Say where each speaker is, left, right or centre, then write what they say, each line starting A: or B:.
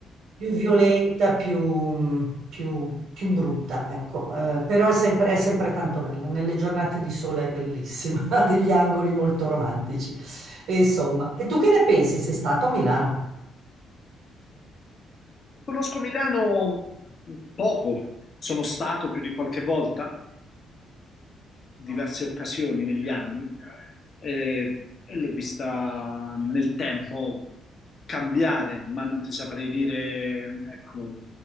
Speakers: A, on the right; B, on the left.
A: più violenta, più, mh, più- più brutta, ecco. Eh, però è sempre, è sempre tanto bella. Nelle giornate di sole è bellissima, <laughs> ha degli angoli molto romantici. E insomma, e tu che ne pensi? Sei stato a Milano?
B: Conosco Milano poco, sono stato più di qualche volta, diverse occasioni negli anni, eh, e l'ho vista nel tempo cambiare, ma non ti saprei dire, ecco,